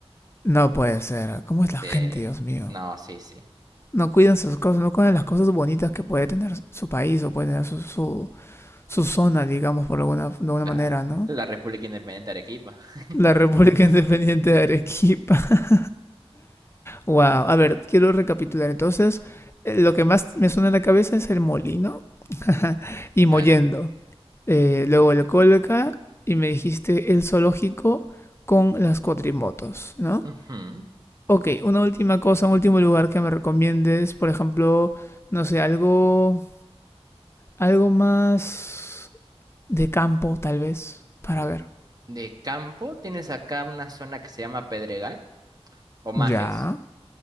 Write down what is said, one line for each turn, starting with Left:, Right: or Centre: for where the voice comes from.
Left: No puede ser. ¿Cómo es
Right: Sí.
Left: la gente, Dios mío?
Right: No, sí, sí.
Left: No cuidan sus cosas, no cuidan las cosas bonitas que puede tener su país o puede tener su, su, su zona, digamos, por alguna, de alguna
Right: Claro.
Left: manera, ¿no?
Right: La República Independiente de Arequipa. <laughs>
Left: La República <laughs> Independiente de Arequipa. <laughs> Wow. A ver, quiero recapitular. Entonces, eh, lo que más me suena en la cabeza es el molino <laughs> y Mollendo.
Right: Claro.
Left: Eh, luego el Colca y me dijiste el zoológico con las cuatrimotos, ¿no?
Right: Ujú.
Left: Ok, una última cosa, un último lugar que me recomiendes, por ejemplo, no sé, algo, algo más de campo, tal vez, para ver.
Right: De campo tienes acá una zona que se llama Pedregal o Majes,
Left: Ya,